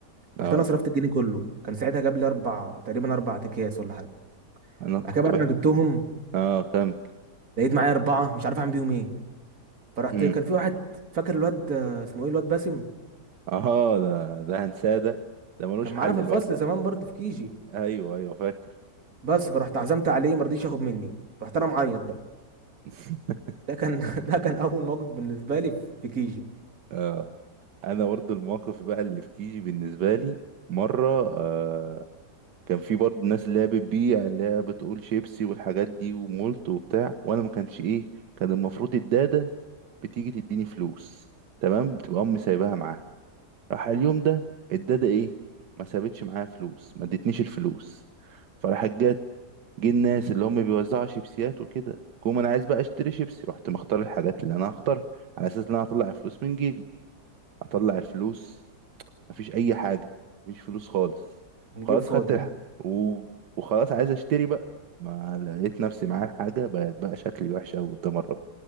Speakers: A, on the right; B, on the right.
A: رحت
B: اه
A: انا صرفت الجنيه كله كان ساعتها جاب لي اربع تقريبا اربع اكياس ولا حاجه
B: انا كنت
A: بعد كده بعد
B: بحب
A: ما جبتهم
B: اه كمل
A: لقيت معايا اربعه مش عارف اعمل بيهم ايه فرحت
B: مم.
A: كان في واحد فاكر الواد آه، اسمه ايه الواد باسم
B: اه ده ده هنساه ده ده ملوش
A: كان
B: حل
A: معانا في
B: الواد
A: الفصل
B: ده
A: زمان برضه في كيجي
B: ايوه ايوه فاكر
A: بس فرحت عزمت عليه ما رضيش ياخد مني رحت انا معيط بقى
B: <laughs>
A: ده كان <laughs> ده كان اول موقف بالنسبه لي في في كيجي
B: آه انا برضو الموقف بقى اللي في كيجي بالنسبه لي مره أه، كان في برضه الناس اللي هي بتبيع اللي هي بتقول شيبسي والحاجات دي ومولت وبتاع وانا ما كانش ايه كان المفروض الدادة بتيجي تديني فلوس تمام بتبقى امي سايباها معاها راح اليوم ده الدادة ايه ما سابتش معايا فلوس ما ادتنيش الفلوس فراحت جت جه الناس اللي هم بيوزعوا شيبسيات وكده قوم انا عايز بقى اشتري شيبسي رحت مختار الحاجات اللي انا هختارها على اساس ان انا هطلع الفلوس من جيبي اطلع الفلوس مفيش اي حاجه مفيش فلوس خالص
A: الجيب
B: خلاص
A: فاضي
B: خدت الح... و... وخلاص عايز اشتري بقى ما لقيت نفسي معايا الحاجه بقت بقى شكلي وحش قوي قدام الراجل